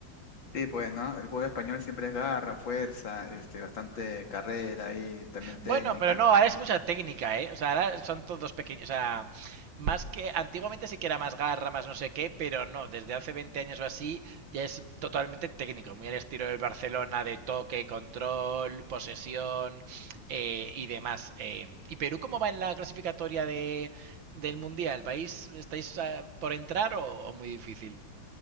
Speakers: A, on the left; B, on the right.
A: sí, pues, ¿no? El juego español siempre es garra, fuerza, este, bastante carrera y también técnica.
B: Bueno, pero no, ahora es mucha técnica, ¿eh? O sea, ahora son todos pequeños, o sea, más que antiguamente sí que era más garra, más no sé qué, pero no, desde hace 20 años o así ya es totalmente técnico, muy al estilo del Barcelona de toque, control, posesión eh, y demás. eh. ¿Y Perú cómo va en la clasificatoria de, del Mundial? ¿Vais, estáis ah, por entrar o, o muy difícil?